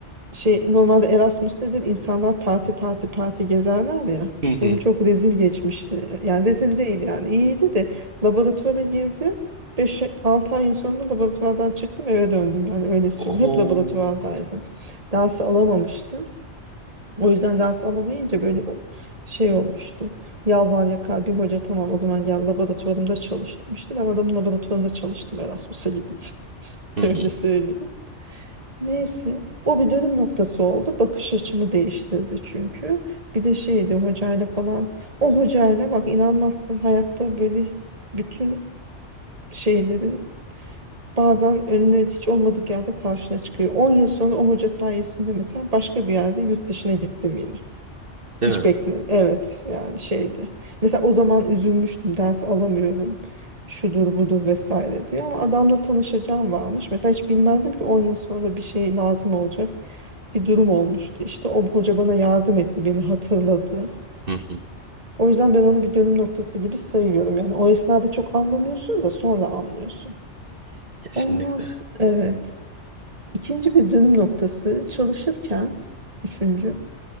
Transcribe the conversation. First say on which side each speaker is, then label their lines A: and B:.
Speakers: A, on the right (about 30°); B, on the right (about 50°).
A: şey normalde Erasmus nedir? İnsanlar parti parti parti gezerler ya.
B: Hı hı.
A: Benim çok rezil geçmişti. Yani rezil değil yani iyiydi de laboratuvara girdim. beş 6 ayın sonunda laboratuvardan çıktım eve döndüm yani öyle söyleyeyim.
B: Oo.
A: Hep laboratuvardaydım. Dersi alamamıştım. O yüzden ders alamayınca böyle o şey olmuştu. Yalvar yakar bir hoca tamam o zaman gel laboratuvarımda çalış demişti. Ben adamın laboratuvarında çalıştım Erasmus'a gidip <laughs>
B: Hı
A: öyle
B: hı.
A: söyleyeyim. Neyse o bir dönüm noktası oldu. Bakış açımı değiştirdi çünkü. Bir de şeydi hocayla falan. O hocayla bak inanmazsın hayatta böyle bütün şeylerin bazen önüne hiç olmadık yerde karşına çıkıyor. 10 yıl sonra o hoca sayesinde mesela başka bir yerde yurt dışına gittim yine.
B: Değil
A: Hiç
B: mi?
A: bekle. Evet yani şeydi. Mesela o zaman üzülmüştüm. Ders alamıyorum. Şudur budur vesaire diyor. Ama adamla tanışacağım varmış. Mesela hiç bilmezdim ki 10 yıl sonra da bir şey lazım olacak. Bir durum olmuştu. İşte o hoca bana yardım etti. Beni hatırladı.
B: Hı hı.
A: O yüzden ben onu bir dönüm noktası gibi sayıyorum. Yani o esnada çok anlamıyorsun da sonra anlıyorsun.
B: Kesinlikle.
A: Ondan sonra, evet. İkinci bir dönüm noktası çalışırken, üçüncü,